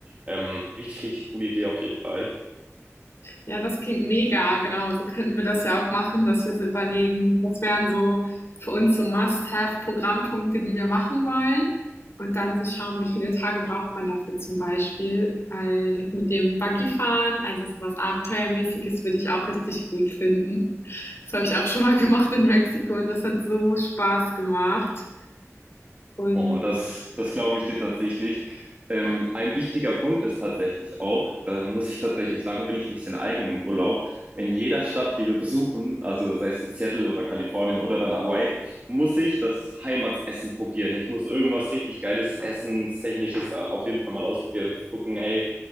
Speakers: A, on the right (about 30°); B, on the left (about 55°).
A: Ähm, richtig, richtig coole Idee auf jeden Fall.
B: Ja, das klingt mega, genau. So könnten wir das ja auch machen, dass wir so überlegen, was wären so für uns so Must-Have-Programmpunkte, die wir machen wollen. Und dann so schauen, wie viele Tage braucht man dafür zum Beispiel. Weil das mit dem Buggyfahren, also sowas Abenteuermäßiges, würde ich auch richtig gut finden. Das habe ich auch schon mal <laughs> gemacht in Mexiko und das hat so Spaß gemacht. Und
A: Oh, das, das glaube ich dir tatsächlich. Ähm, ein wichtiger Punkt ist tatsächlich auch, da muss ich tatsächlich sagen, bin ich ein bisschen eigen im Urlaub. In jeder Stadt, die wir besuchen, also sei es jetzt Seattle oder Kalifornien oder dann Hawaii, muss ich das Heimatsessen probieren. Ich muss irgendwas richtig geiles Essenstechnisches da auf jeden Fall mal ausprobieren und gucken, hey,